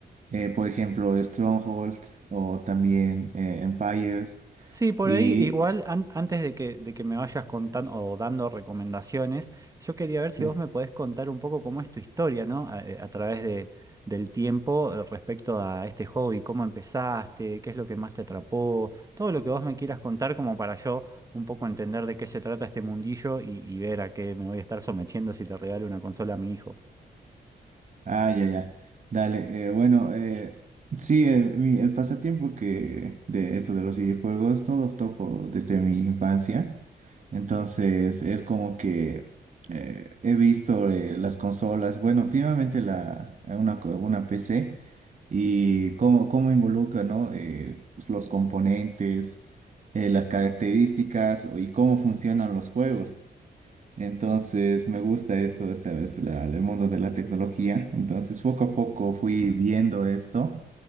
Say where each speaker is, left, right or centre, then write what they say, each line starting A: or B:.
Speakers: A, on the right; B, on the right.
A: eh, por ejemplo, Stronghold o también eh, Empires.
B: Sí, por
A: Y
B: ahí igual an- antes de que, de que me vayas contando o dando recomendaciones, yo quería ver
A: sí.
B: si vos me podés contar un poco cómo es tu historia, ¿no? A, eh, a través de, del tiempo eh, respecto a este hobby, cómo empezaste, qué es lo que más te atrapó, todo lo que vos me quieras contar como para yo un poco entender de qué se trata este mundillo y, y ver a qué me voy a estar sometiendo si te regalo una consola a mi hijo.
A: Ah, ya, ya. Dale. eh, bueno, eh, sí, eh, mi- el pasatiempo que de esto de los videojuegos, todo topo desde mi infancia. Entonces, es como que eh, he visto eh, las consolas, bueno, finalmente la, eh, una, co- una PC y cómo, cómo involucra, ¿no? Eh, pues, los componentes, eh, las características y cómo funcionan los juegos. Entonces me gusta esto de esta vez, la- el mundo de la tecnología. Entonces poco a poco fui viendo esto